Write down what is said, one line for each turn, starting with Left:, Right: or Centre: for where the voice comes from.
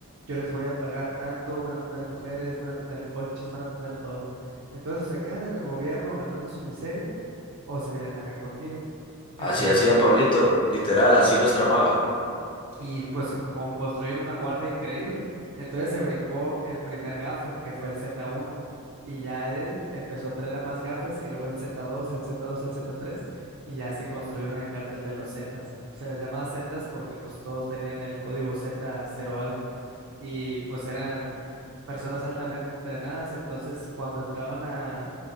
Right: yo les voy a pagar tanto, van a tener mujeres, van a tener coches, van a tener todo. Entonces o se quedan en el gobierno ganando su miseria o se vienen acá conmigo. Entonces
Left: Así hacía
Right: com-
Left: Pablito, literal, así los tramaba.
Right: y pues con construir una guardia increíble. Entonces se brincó el primer gafe, que fue el Z1, y ya él empezó a traer a más gafes, que luego el Z2, el Z2, el Z3, y ya se construyó el cártel de los Zetas. Se les llamaba Zetas porque pues todos tenían el código Z0 algo, y pues eran personas altamente entrenadas, entonces cuando entraban a